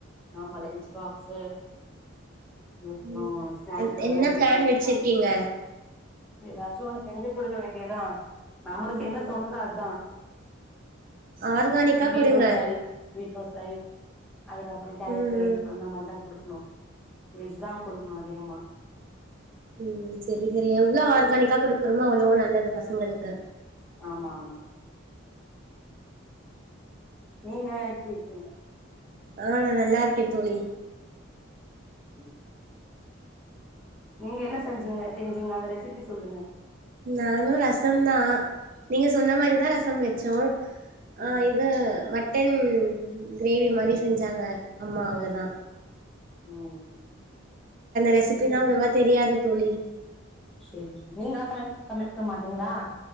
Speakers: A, in the centre; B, on the right (about 40°).
A: ஆமால்ல லன்ச்சு பாக்ஸு அதுக்கப்பறோ
B: ம்
A: ஸ்நாக்ஸ்
B: என்
A: இதெல்லா
B: என்ன
A: ரெடி
B: பிளான்
A: பண்ணனு
B: வச்சிருக்கீங்க
A: தா எதாச்சு ஒன்னு செஞ்சு குடுக்க வேண்டிய தா நம்மளுக்கு
B: ம்
A: என்ன தோணுதோ அதா
B: ஆர்கானிக்கா
A: beetroot
B: குடுங்க
A: rice beetroot rice அதுக்கப்பறோ கேரட்
B: ம்
A: ரை அந்த மாரி தா குடு க்கனு வெஜ்ஜு தா குடுக்கனு அதிகமா
B: ம் செரி செரி எவ்ளோ ஆர்கானிக்கா குடுக்கறமோ அவ்ளோ நல்லது பசங்களுக்கு
A: ஆமா ஆமா நீங்க எப்டி இருக்கீங்க
B: ஆ நா நல்லாருக்கே தோழி
A: ஒரு விஷ்யோ நீங்க என்ன செஞ்சீங்க செஞ்சீங்க அந்த ரெசிப்பி சொல்லுங்க
B: நானு ரசம் தா நீங்க சொன்ன மாரி தா ரசம் வெச்சோ
A: ம்
B: ஆ இது மட் டன் க்ரேவி மாரி செஞ்சாங்க அம்மா அவ்ளோ தா
A: ம்
B: ரெசிபினா
A: ம்
B: அவ்ளோவா தெரியாது தோழி
A: செரி சரி நீங்க <unintelligible> சமைக்க மாட்டீங்ளா